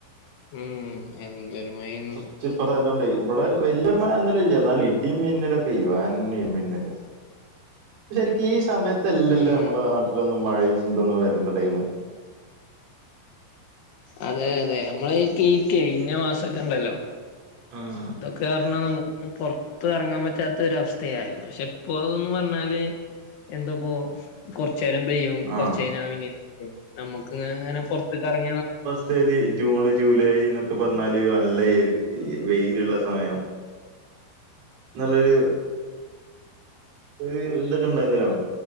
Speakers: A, on the left; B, on the right.
A: ഉം എന്തൊരുമയേന്നു
B: ച്ചിപ്പറായതുകൊണ്ട് വിടെ വല്ല്യരു മഴലുംല്ലന്നാലും ഇടിമിന്നലൊക്കെ ഇുവാൻ ഇടിമിന്നല്
A: <inaudible>
B: ശരിക്കും ഈ സമയത്ത്ല്ലല്ലോ,
A: ഉം
B: നമ്മളെ നാട്ടിലൊന്നും മഴയും, ഇതൊന്നും വരണ്ട ടൈമ്.
A: അതെ, അതെ ഞമ്മളെ ഇപ്പീ ഈ കെയ്ഞ്ഞ‌മാസൊക്കെണ്ടല്ലോ
B: ആഹ്
A: തൊ കാരണം നമുക്പ്പോ പൊർത്ത് അർങ്ങാൻ പറ്റാത്ത ഒരവസ്ഥയായി, പക്ഷെ ഇപ്പോന്ന് പറഞ്ഞാല് എന്താപ്പോ കുറച്ചരം പെയ്യും മം
B: ആഹ്
A: കൊറച്ചയ്ഞാ പിന്നെ ഞമ്മക്ക് ഇങ്ങനെ പുറത്തക്കറങ്ങി നാ
B: ച്ചല് ജൂണ് ജൂലൈന്നൊക്കെ പറഞ്ഞാല് അല്ല വെയിലുള്ള സമയം നല്ലൊരു ഒര് ഇതൊക്കെ ഇണ്ടായിരുന്നല്ലോ